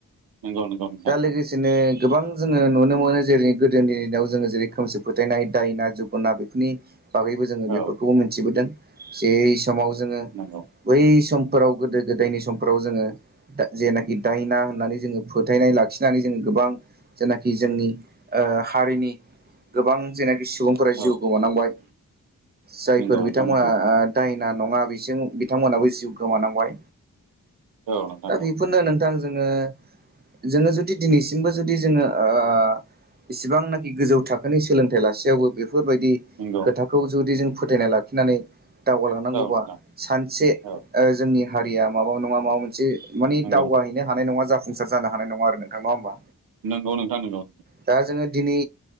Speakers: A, on the right; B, on the right.
A: नंगौ नंगौ नोंथां
B: दा लोगोसेनो गोबां जोङो नुनो मोनो जेरै गोदोनि दिनाव जोङो जेरै खोमसि फोथायनाय दायना जगुना बेफोरनि बागैबो जोङो बेफोरखौबो
A: औ
B: मोन्थिबोदों जे समाव जोङो
A: नंगौ
B: बै सम फोराव गोदो गोदायनि समफोराव जोङो दा जेनाखि दायना होननानै जोङो फोथायनाय लाखिनानै जोङो गो बां जेनाखि जोंनि ओ हारिनि गोबां जेनाखि सुबुंफोरा जिउ
A: औ
B: गोमानांबाय जायफोर
A: नंगौ नोंथां
B: बिथांमोना
A: नंगौ
B: ओ दाइन नङा बिसजों बिथांमोनाबो जिउ गोमानांबाय
A: औ नोंथां
B: दा बेफोरनो
A: औ
B: नोंथां। जोङो जोङो जुदि दिनैसिमबो जुदि जोङो ओ इसिबांनाखि गोजौ थाखोनि सोलोंथाइ लासेयावबो बे फोरबायदि
A: नंगौ
B: खोथाखौ जुदि जों फोथथायनाय लाखिनानै दावगालांना
A: औ नोंथां
B: गौवा सानसे
A: औ
B: ओ जोंनि हारिया माबा नङा माबा मोन से माने
A: नंगौ
B: दावगाहैनो हानाय नङा जाफुंसार जानो हानाय नङा आरो नोंथां नङा होमबा
A: नोंगौ नोंथां नोंगौ
B: दा जोङो दिनै